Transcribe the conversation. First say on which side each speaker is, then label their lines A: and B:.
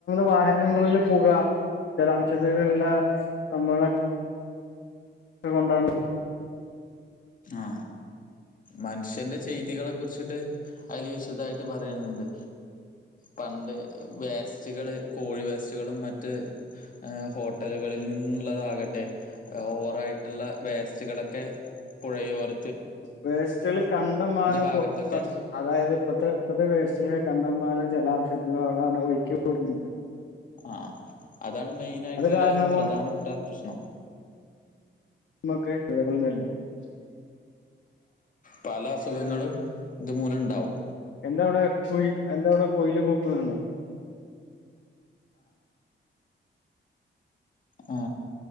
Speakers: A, on the left (about 75°); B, on the left (about 45°).
A: വാഹനങ്ങളിലെ പുക ജലാംശത്തില്ള്ളെ സംഭങ്ങവളൊക്കെ കൊണ്ടാണ്
B: ആ മനുഷ്യന്റെ ചെയ്തികളെ കുർച്ചിട്ട് അയ്ല് വിശദായിട്ട് പറ പറയുന്നുണ്ട് പണ്ട് വേസ്റ്റ്കൾ കോഴി വേസ്റ്റ്കളും മറ്റ് ഏ ഹോട്ടലുകളിൽനിന്നുള്ളതാക ട്ടെ ഓവറായിട്ട്ള്ള വേസ്റ്റുകളൊക്കെ പുഴയോര
A: വേസ്റ്റുകൾ കണ്ടമാനം
B: ഭാഗത്തൊക്കെ
A: <unintelligible> അതായത് ഇപ്പത്തെ ഇപ്പത്തെ വേസ് <unintelligible> കണ്ടമാനം ജലാംശത്തിലാണ് ഒഴ്ക്കി വിട്ന്നത്
B: ആ അതാണ് മെയിനായിട്ട്ള്ള
A: കാരണം
B: പ്രധാനപ്പെട്ട പ്രശ്നം
A: നമുക്ക്ട്ടഴകൾ <unintelligible>
B: പല അസുഖങ്ങളും ത് മൂലംണ്ടാവും
A: എന്താവിടെ കുയി എന്താവിടെ കുയില് കൂക്കുന്നുണ്ടോ
B: ആ